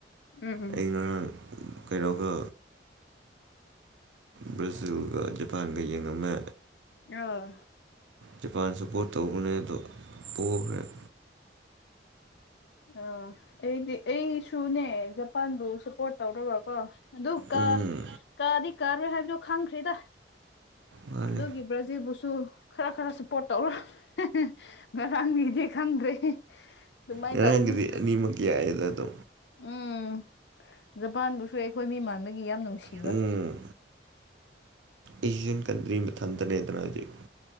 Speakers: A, on the left (about 65°); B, on the right (about 80°).
A: ꯎꯝ ꯎꯝ
B: ꯑꯩ ꯉꯔꯥꯡ ꯀꯩꯅꯣꯒ ꯕ꯭ꯔꯖꯤꯜꯒ ꯃꯄꯥꯟꯒ ꯌꯦꯡ ꯑꯃ
A: ꯑꯣ
B: ꯖꯄꯥꯟ ꯁꯄꯣꯔꯠ ꯇꯧꯕꯅꯦ ꯑꯗꯣ ꯄꯣꯒꯔ꯭ꯦ
A: ꯑꯥ ꯑꯩꯗꯤ ꯑꯩꯁꯨꯅꯦ ꯖꯄꯥꯟꯕꯨ ꯁꯄꯣꯔꯠ ꯇꯧꯔꯒꯀꯣ ꯑꯗꯨ ꯀꯥ
B: ꯎꯝ
A: ꯀꯥꯗꯤ ꯀꯥꯔꯣꯏ ꯍꯥꯏꯕꯗꯨ ꯈꯪꯈ꯭ꯔꯦꯗ
B: ꯃꯥꯅꯤ
A: ꯑꯗꯨꯒꯤ ꯕ꯭ꯔꯖꯤꯕꯨꯁꯨ ꯈꯔ ꯈꯔ ꯁꯞꯄꯣꯔꯠ ꯇꯧꯔꯣ <unintelligible> ꯉꯔꯥꯡꯒꯤꯗꯤ ꯈꯪꯗ꯭ꯔꯦ ꯑꯗꯨꯃꯥꯏꯅ
B: ꯉꯔꯥꯡꯒꯤꯗꯤ
A: ꯇꯧꯕꯅꯤ
B: ꯑꯅꯤꯃꯛꯀꯤ ꯌꯥꯏꯑꯦꯗꯗꯣ
A: ꯎꯝ ꯖꯄꯥꯟꯕꯨꯁꯨ ꯑꯩꯈꯣꯏ ꯃꯤ ꯃꯥꯟꯕꯒꯤ ꯌꯥꯝ ꯅꯨꯡꯁꯤꯕ
B: ꯎꯝ ꯑꯦꯁꯤꯌꯥꯟ ꯀꯟꯇ꯭ꯔꯤ ꯃꯊꯟꯇꯅꯦꯗꯅ <unintelligible>